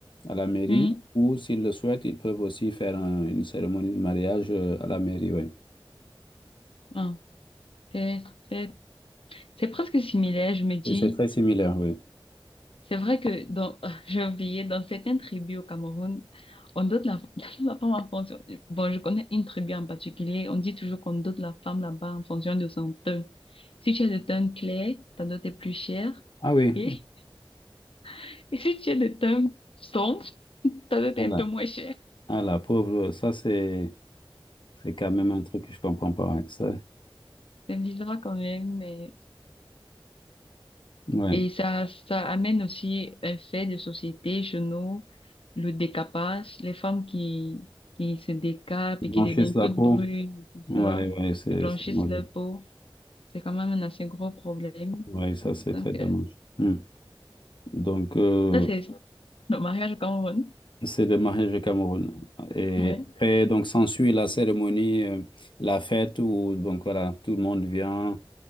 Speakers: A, on the left; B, on the left.
A: à la mairie,
B: oui.
A: ou s'ils le souhaitent, ils peuvent aussi faire un- une cérémonie de mariage euh, à la mairie, oui.
B: Ah, c'est, c'est, c'est presque similaire, je me dis.
A: Et c'est très similaire, oui.
B: C'est vrai que dans, <laughs> j'ai oublié, dans certaines tribus au Cameroun, on donne la, <laughs> la femme en fonction. Bon, je connais une tribu en particulier. On dit toujours qu'on donne la femme là-bas en fonction de son teint. Si tu es de teint clair, ta dot est plus chère.
A: Ah oui,
B: Et, <laughs> et si tu es de teint sombre, <laughs> ta dot
A: voilà.
B: est un peu moins chère.
A: Ah la pauvre, ça c'est c'est quand même un truc que je comprends pas. ouais. Ça,
B: C'est bizarre quand même, mais
A: ouais.
B: Et ça, ça amène aussi un fait de société chez nous, le décapage, les femmes qui, qui se décapent
A: Ils
B: et qui
A: blanchissent
B: deviennent
A: la
B: toutes
A: peau.
B: brunes, et tout
A: Ouais,
B: ça,
A: ouais, c'est
B: et blanchissent
A: c'est mauvais.
B: leur peau. C'est quand même un assez gros problème.
A: Oui, ça c'est
B: Donc,
A: très dommage.
B: euh,
A: Hmm. Donc, euh,
B: ça, c'est le mariage au Cameroun.
A: c'est le mariage au Cameroun. Et
B: Mais
A: après, donc, s'ensuit la cérémonie, euh, la fête où, donc, voilà, tout le monde vient,